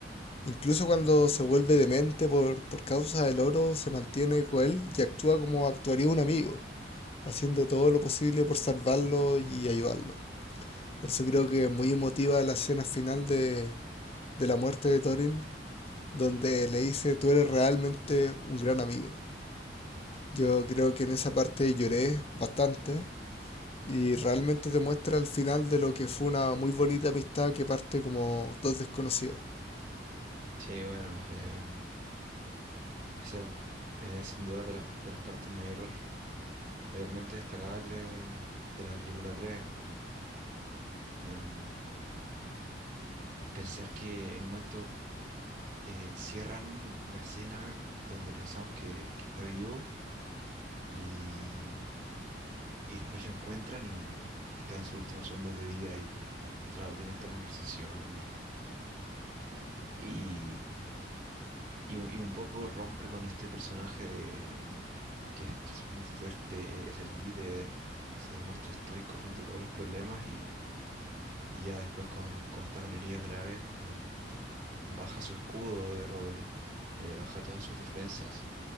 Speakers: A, on the left; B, on the right.
A: Incluso cuando se vuelve demente por, por causa del oro, se mantiene con él y actúa como actuaría un amigo, haciendo todo lo posible por salvarlo y ayudarlo. Por eso creo que es muy emotiva la escena final de, de la muerte de Thorin, donde le dice, tú eres realmente un gran amigo. Yo creo que en esa parte lloré bastante y realmente te muestra el final de lo que fue una muy bonita amistad que parte como dos desconocidos.
B: Sí, bueno, em, esa es sin duda de las, de las partes mayor, mayormente destacables de la película tres ¿no? Em, pensar que en un momento eh, cierran la escena donde pensamos que, que está vivo y, y después lo encuentran y, y está en sus últimos segundos de vida y, y claro, tiene esta conversación y, y, y un y un poco rompe con este personaje de, que es, que es muy fuerte, es el líder, se demuestra estoico frente a todos los problemas y, y ya después cuando, cuando está con heridas graves, eh, baja su escudo de roble, eh, baja todas sus defensas